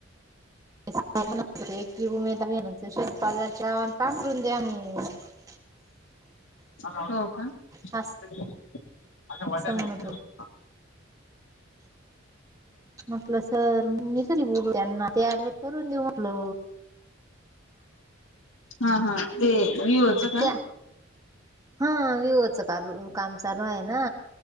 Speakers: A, on the right (about 20°); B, on the left (about 80°).
A: <unintelligible>
B: हो का,
A: अस
B: <unintelligible>
A: असं म्हणत होते. म्हटलं सर मी कधी बोलू त्यांना ते आले करून देऊ म्हटल.
B: हा हा ते व्यू <unintelligible>
A: त्या, हा विवच कालू. काम चालू हाय ना,